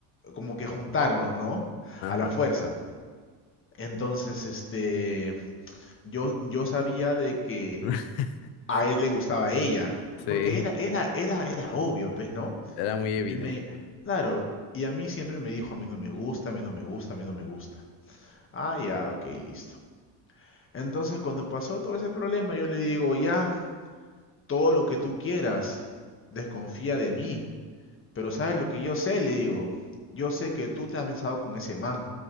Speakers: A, on the left; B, on the left.
A: como que juntarlos, ¿no?
B: ajá.
A: A la fuerza. Entonces, este, yo, yo sabía de que
B: <laughs>
A: a él le gustaba a ella,
B: Sí,
A: porque era, era, era, era obvio, pues, ¿no?
B: era muy evidente.
A: Y a mí me, claro, y a mí siempre me dijo, a mí no me gusta, a mí no me gusta, a mí no me gusta. Ah, ya, ok, listo. Entonces, cuando pasó todo ese problema, yo le digo, ya, todo lo que tú quieras, desconfía de mí. Pero ¿sabes lo que yo sé? Le digo, yo sé que tú te has besado con ese man.